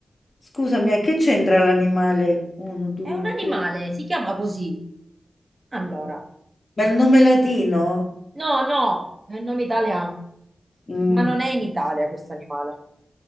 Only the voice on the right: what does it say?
È un animale,
si chiama così. Allora,
no, no, è un nome italiano,
ma non è in Italia questo animale.